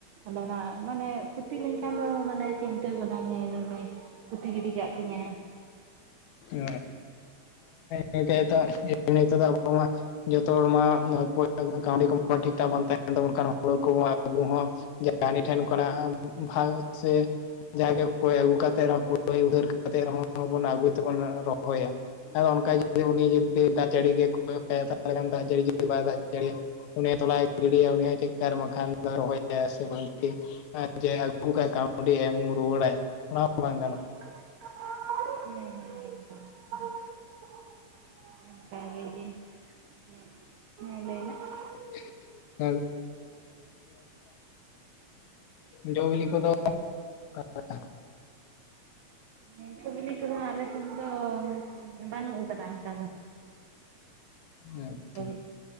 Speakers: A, on the right; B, on the left.
A: ᱟᱫᱚᱱᱟᱜ ᱢᱟᱱᱮ ᱠᱷᱩᱛᱤ ᱞᱮᱱᱠᱷᱟᱱ ᱫᱚ ᱢᱟᱱᱮ ᱪᱤᱱᱛᱟᱹ ᱜᱚᱫᱟᱢ ᱦᱮᱸ ᱱᱩᱱᱟᱹᱜ ᱠᱷᱩᱛᱤ ᱜᱤᱰᱤ ᱠᱟᱜ ᱛᱤᱧᱟᱹ ᱾
B: ᱦᱮ <inaudible> ᱤᱱᱟᱹ ᱛᱮ ᱫᱚ ᱟᱵᱚ ᱢᱟ ᱡᱚᱛᱚ ᱦᱚᱲ ᱢᱟ ᱠᱟᱹᱣᱰᱤ ᱠᱚᱢ ᱴᱷᱤᱠ ᱴᱷᱟᱠ ᱵᱟᱝ ᱛᱟᱦᱮᱸᱱ ᱛᱟᱵᱚᱱ ᱠᱟᱱᱟ ᱦᱳᱲᱳ ᱠᱚ ᱟᱵᱚ ᱦᱚᱸ ᱜᱮᱞ ᱨᱟᱱᱤ ᱴᱷᱮᱱ ᱠᱷᱚᱱᱟᱜ ᱵᱷᱚᱭᱮᱫ ᱥᱮ ᱡᱟᱜᱮ ᱠᱚᱭ ᱟᱜᱩ ᱠᱟᱛᱮᱫ ᱨᱮᱦ ᱩᱫᱷᱟᱹᱨ ᱠᱟᱛᱮᱫ ᱨᱮᱦᱚᱸᱵᱚᱱ ᱟᱹᱜᱩᱭ ᱛᱮᱵᱚᱱ ᱨᱚᱦᱚᱭᱟ ᱾ ᱟᱨ ᱚᱱᱠᱟ ᱩᱱᱤ ᱡᱩᱫᱤ ᱫᱟᱜ ᱡᱟᱹᱲᱤ ᱜᱮ ᱠᱚᱭᱚᱜ ᱠᱟᱭᱟ ᱛᱟᱞᱦᱮ ᱠᱷᱟᱱ ᱫᱟᱜ ᱡᱟᱹᱲᱤ ᱡᱩᱫᱤ ᱵᱟᱭ ᱫᱟᱜ ᱡᱟᱹᱲᱤᱭᱟ ᱾ ᱚᱱᱮ ᱛᱚᱞᱟᱭ ᱜᱤᱰᱤ ᱛᱟᱭ <inaudible> ᱩᱱᱤ ᱦᱚᱸ ᱪᱮᱜ ᱠᱟᱨᱮ ᱵᱟᱠᱷᱟᱱ ᱨᱚᱦᱚᱭᱟ ᱥᱮ ᱵᱟᱝ ᱠᱤ ᱾ ᱮᱸ ᱡᱮ ᱟᱹᱜᱩ ᱠᱟᱜᱼᱟᱭ ᱠᱟᱹᱣᱰᱤ ᱮᱢ ᱨᱩᱣᱟᱹᱲᱟᱭ, ᱚᱱᱟ ᱦᱚᱸ ᱵᱟᱝ ᱜᱟᱱᱚᱜ ᱾
A: ᱦᱮᱸ ᱦᱮᱸ ᱮᱠᱫᱚᱢ ᱚᱱᱠᱟᱜᱮ, ᱦᱮᱸ ᱞᱟᱹᱭ ᱢᱮ?
B: <inaudible> ᱡᱚ ᱵᱤᱞᱤ ᱠᱚᱫᱚ ᱚᱠᱟ ᱞᱮᱠᱟ?
A: ᱦᱮᱸ ᱡᱚ ᱵᱤᱞᱤ ᱠᱚ ᱟᱫᱚ ᱟᱞᱮ ᱥᱮᱱ ᱫᱚ ᱚᱱᱠᱟ ᱵᱟᱹᱱᱩᱜ ᱠᱟᱫᱟ ᱚᱱᱠᱟ ᱫᱚ, <unintelligible>
B: ᱟᱪᱪᱷᱟ